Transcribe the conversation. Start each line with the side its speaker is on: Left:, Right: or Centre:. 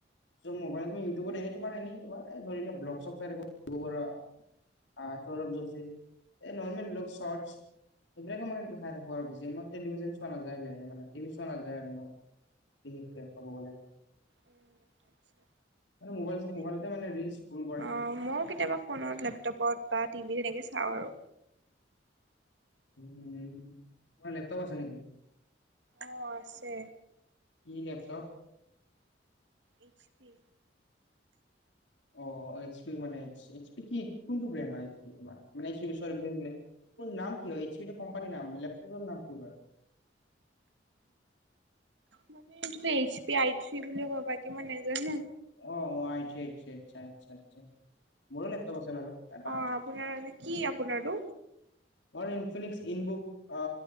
Left: চব মোবাইলতে ম ইউটিউবত এনেই তোমাৰ এনেই তোমাৰ এই ধৰি লোৱা ব্লগ চগ চাই থাকোঁ দিম্পু বৰুৱা, আ সৌৰভ যোশী এই নহ'লে চৰ্টছ এইবিলাকে মই চাই থাকো আৰু বেছি মই টেলিভিশন চোৱা নাযায় মানে টিভি চোৱা নাযায় আৰু মো বিশেষকে ক'ব গ'লে
Right: উম আচ্ছা
Left: মানে মোবাইল
Right: ম
Left: মোবাইলতে মানে ৰিল স্ক্ৰল কৰে
Right: অ মইয়ো কেতিয়াবা ফোনত, লেপটপত বা টিভিত সেনেকে চাওঁ আৰু
Left: উম উম তোমাৰ লেপটপ আছে নেকি?
Right: অ', আছে।
Left: কি লেপটপ?
Right: এইচ পি
Left: অ' এইচ পি মানে এইচ পি কি কোনটো ব্ৰেণ্ড হয় এইচ পি তোমাৰ? মানে ব্ৰেণ্ড বোলে নাম কি হয়? সেইটো কোম্পানীৰ নাম, লেপটপৰ নাম কি হয়?
Right: মানে এইটোটো এইচ পি আই থ্ৰী বুলি কয় বাকী মই নেজানো।
Left: অ আই থ্ৰী আচ্ছা আচ্ছা আচ্ছা আচ্ছা মোৰো লেপটপ আছে বাৰু এটা
Right: অ আপোনাৰ কি আপোনাৰটো
Left: মোৰ ইনফিনিক্স ইনবুক আ